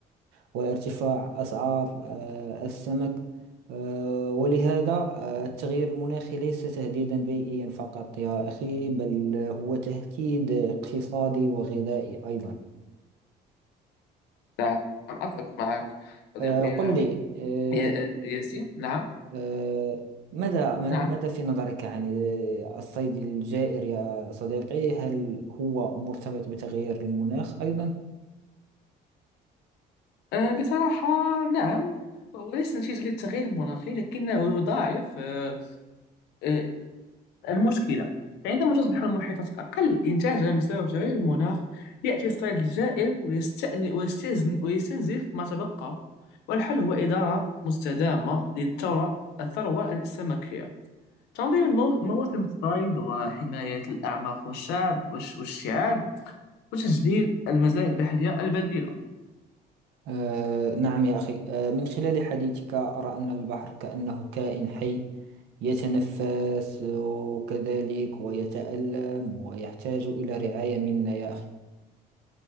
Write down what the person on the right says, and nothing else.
وارتفاع أسعار آه، السمك آه، ولهذا آه، التغيير المناخي ليس تهديدا بيئيا فقط يا أخي بل هو تهديد اقتصادي وغذائي أيضا
آه، قل
لي آه،
آه، ماذا ما-
ماذا في نظرك عن آه، الصيد الجائر يا صديقي هل هو مرتبط بتغيير المناخ أيضا؟
آه، نعم يا أخي آه، من خلال حديثك أرى أن البحر كأنه كائن حي يتنفس وكذلك ويتألم ويحتاج إلى رعاية منا يا أخي